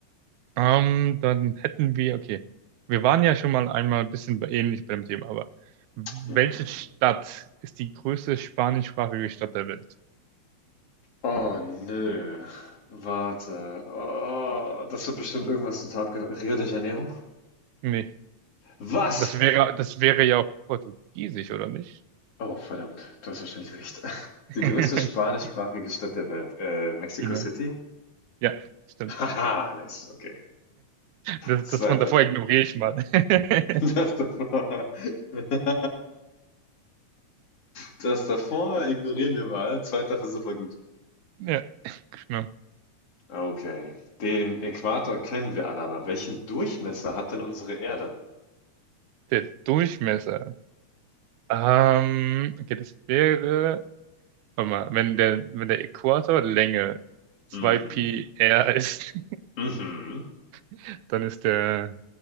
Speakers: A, on the right; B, on the left.
A: Ähm, dann hätten wir, okay. Wir waren ja schon mal einmal ein bisschen bei- ähnlich beim Thema, aber welche
B: Ja.
A: Stadt ist die größte spanischsprachige Stadt der Welt?
B: Oh nö. Warte. Oh, das wird bestimmt irgendwas total abge... Rio de Janeiro?
A: Nee.
B: Was?
A: Das wäre, das wäre ja auch Portugiesisch, oder nicht?
B: Oh, verdammt. Du hast wahrscheinlich recht. <laughs>
A: <laughs>
B: Die größte spanischsprachige Stadt der Welt. Äh, Mexico
A: Genau.
B: City?
A: Ja, stimmt.
B: <laughs> Haha, nice. Okay.
A: Das,
B: Zweiter
A: das von davor
B: Versuch.
A: ignoriere
B: <laughs>
A: ich mal. <laughs>
B: Das davor. <laughs> Das davor ignorieren wir mal. Zweiter Versuch war gut.
A: Ja, genau.
B: Okay. Den Äquator kennen wir alle, aber welchen Durchmesser hat denn unsere Erde?
A: Der Durchmesser. Ähm, okay, das wäre. Warte mal, wenn der, wenn der Äquator Länge 2pi
B: Mhm.
A: r ist,
B: Mhm.
A: <laughs> dann ist der,